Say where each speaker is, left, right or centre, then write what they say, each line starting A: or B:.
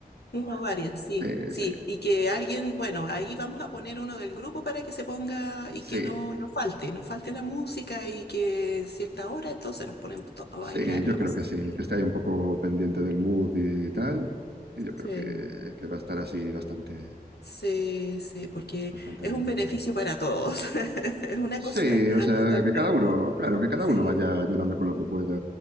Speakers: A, on the left (about 85°); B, on the right (about 80°).
A: Tengo varias, sí,
B: Eh,
A: sí.
B: sí,
A: Y que alguien, bueno, ahí vamos a poner uno del grupo para que se ponga
B: sí,
A: y que no, no falte, no falte la música y que en cierta hora entonces nos ponemos todos a bailar
B: sí, yo
A: y lo
B: creo
A: pasamos
B: que sí,
A: bien.
B: que esté ahí un poco pendiente del mood y tal. Y yo creo
A: Sí,
B: que, que va a estar así bastante,
A: sí, sí, porque
B: Bastante
A: es
B: bien,
A: un
B: yo
A: beneficio
B: creo.
A: para todos. <laughs> Es una
B: Sí,
A: cosa <laughs>
B: o sea,
A: totalmente.
B: que cada uno, claro, que cada
A: Sí,
B: uno vaya ayudando con lo que pueda.